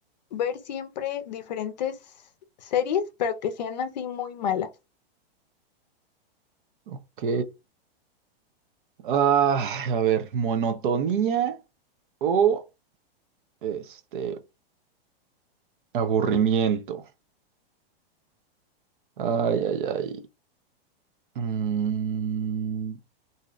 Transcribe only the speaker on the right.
Ok. Ah, a ver, monotonía o este aburrimiento. Ay, ay, ay. Mm,